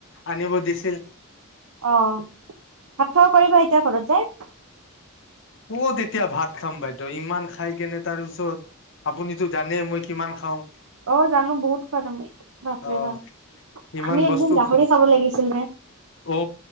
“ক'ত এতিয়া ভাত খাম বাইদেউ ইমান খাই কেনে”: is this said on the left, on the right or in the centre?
Left